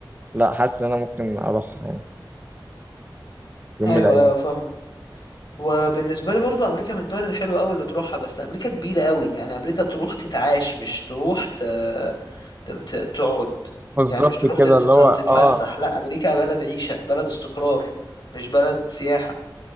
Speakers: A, on the right; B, on the left.
A: لا حاسس ان انا ممكن اروح يعني يوم
B: ايوه
A: من الايام
B: ايوه فاهمك وبالنسبة لي برضو أمريكا من الدول الحلوة أوي اللي تروحها بس أمريكا كبيرة أوي يعني أمريكا تروح تتعاش مش تروح ت... ت... ت... تقعد
A: بالظبط
B: يعني مش تروح
A: كده
B: تت...
A: اللي
B: تت-
A: هو اه
B: تتفسح لا أمريكا بلد عيشة بلد استقرار مش بلد سياحة